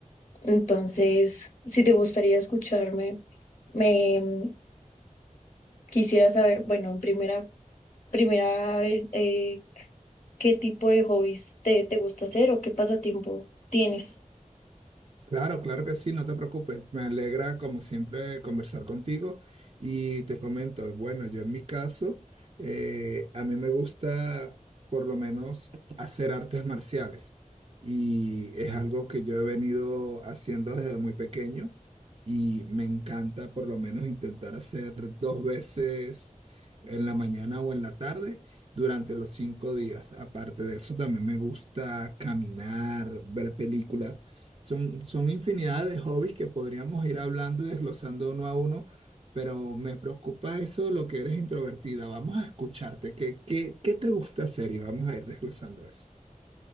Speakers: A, on the left (about 45°); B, on the right (about 45°).
A: Entonces, si te gustaría escucharme, me... Quisiera saber, bueno, en primera primera vez, eh, ¿qué tipo de hobbies te, te gusta hacer o qué pasatiempo tienes?
B: Claro, claro que sí, no te preocupes. Me alegra, como siempre, conversar contigo. Y te comento, bueno, yo en mi caso, eh, a mí me gusta por lo menos hacer artes marciales. Y es algo que yo he venido haciendo desde muy pequeño. Y me encanta por lo menos intentar hacer dos veces en la mañana o en la tarde durante los cinco días. Aparte de eso, también me gusta caminar, ver películas. Son, son infinidad de hobbies que podríamos ir hablando y desglosando uno a uno, pero me preocupa eso, lo que eres introvertida. Vamos a escucharte. ¿Qué, qué, qué te gusta hacer? Y vamos a ir desglosando eso.